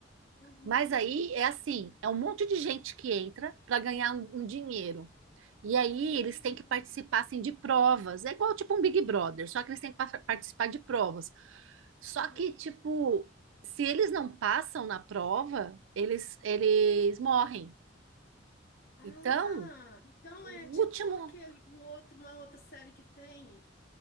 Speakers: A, on the left (about 50°); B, on the right (about 85°).
A: Uhum.
B: Mas aí é assim, é um monte de gente que entra para ganhar um, um dinheiro. E aí
A: Uhum.
B: eles têm que participar assim, de provas. É igual tipo um Big Brother, só que eles têm que pa- participar de provas. Só
A: Uhum.
B: que, tipo, se eles não passam na prova, eles, eles
A: Uhum.
B: morrem.
A: Ah,
B: Então,
A: então
B: o
A: é tipo
B: último
A: aquele, um outro, uma outra série que tem